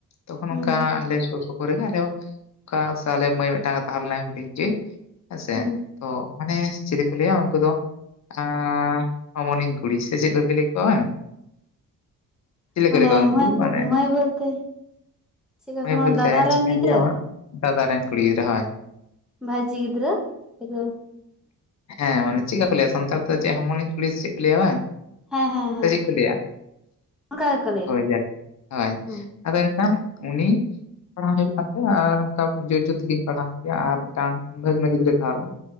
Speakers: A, on the left (about 55°); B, in the centre.
A: ᱛᱚᱠᱷᱚᱱ
B: ᱦᱩᱸ
A: ᱚᱝᱠᱟ ᱟᱞᱮ ᱥᱩᱨ ᱥᱩᱯᱩᱨ ᱨᱮᱜᱮ ᱟᱞᱮ ᱚᱱᱠᱟ ᱟᱞᱮ ᱢᱟᱹᱭ ᱢᱤᱫᱴᱟᱝ ᱮ ᱛᱟᱸᱦᱮ ᱞᱮᱱᱟᱭ ᱦᱩᱰᱤᱧ ᱡᱮ᱾ ᱦᱮᱸᱥᱮ
B: ᱦᱩᱸ
A: ᱛᱚ ᱢᱟᱱᱮ ᱪᱮᱞᱮ ᱠᱚ ᱞᱟᱹᱭᱟ ᱩᱱᱠᱩ ᱫᱚ᱾ ᱟ ᱦᱚᱢᱚᱱᱤᱧ ᱠᱩᱲᱤ ᱥᱮ ᱪᱮᱫ ᱠᱚ ᱯᱮ ᱞᱟᱹᱭ ᱠᱚᱣᱟ ᱵᱟᱝ? ᱪᱤᱞᱤ
B: ᱢᱟᱱᱮ
A: ᱠᱚ ᱞᱟᱹᱭ ᱠᱚᱭᱟ ᱩᱱᱠᱩ
B: ᱢᱟᱹᱭ
A: ᱢᱟᱱᱮ
B: ᱢᱟᱹᱭ ᱵᱚᱞᱛᱮ ᱪᱮᱫᱠᱟ
A: ᱢᱟᱹᱭ
B: ᱠᱳᱱᱳ
A: ᱵᱚᱞᱛᱮ
B: ᱫᱟᱫᱟ ᱨᱮᱱ
A: ᱪᱮᱜ ᱠᱟᱧ
B: ᱜᱤᱫᱽᱨᱟᱹ
A: ᱞᱟᱹᱭ ᱟᱢᱟ? ᱫᱟᱫᱟ ᱨᱮᱱ ᱠᱩᱲᱤ ᱜᱤᱫᱽᱨᱟᱹ ᱦᱚᱭ᱾
B: ᱵᱷᱟᱹᱡᱤ ᱜᱤᱫᱽᱨᱟᱹ ᱮᱵᱚᱝ,
A: ᱦᱮᱸ ᱢᱟᱱᱮ ᱪᱮᱫ ᱠᱟ ᱠᱚ ᱞᱟᱹᱭᱟ ᱥᱟᱱᱛᱟᱲ ᱛᱮ ᱪᱮᱫ ᱦᱚᱢᱚᱱᱤᱧ ᱠᱩᱲᱤ ‌ᱥᱮ ᱪᱮᱫ ᱠᱚ ᱞᱟᱹᱭᱟ ᱵᱟᱝ?
B: ᱦᱮᱸ ᱦᱮᱸ ᱦᱮᱸ
A: ᱥᱮ ᱪᱮᱫ ᱠᱚ ᱞᱟᱹᱭᱟ
B: ᱚᱱᱠᱟ, ᱜᱮᱠᱚ ᱞᱟᱹᱭᱟ
A: ᱦᱳᱭ ᱡᱟᱠ ᱦᱳᱭ
B: ᱦᱩᱸ
A: ᱟᱫᱚ ᱮᱱᱠᱷᱟᱱ ᱩᱱᱤ, ᱯᱟᱲᱦᱟᱣ ᱦᱩᱭᱩᱜ ᱠᱟᱱ ᱛᱟᱦᱮᱸ ᱟᱨ ᱱᱚᱝᱠᱟ ᱡᱳᱨ ᱡᱳᱨ ᱛᱮᱜᱮᱧ ᱯᱟᱲᱦᱟᱣ ᱠᱮᱭᱟ ᱟᱨ ᱢᱤᱫᱴᱟᱝ ᱵᱷᱟᱹᱜᱱᱟᱹ ᱜᱤᱫᱽᱨᱟᱹᱭ ᱛᱟᱦᱮᱸ ᱞᱮᱱᱟ᱾